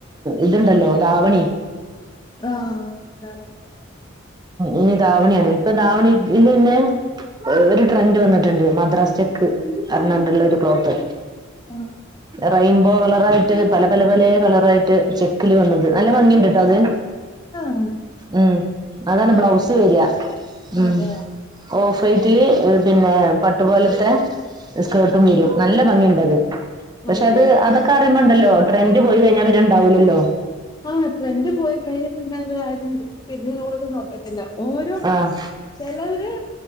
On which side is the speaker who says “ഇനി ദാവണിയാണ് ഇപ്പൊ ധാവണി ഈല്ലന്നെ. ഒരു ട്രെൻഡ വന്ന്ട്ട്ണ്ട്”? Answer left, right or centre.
Right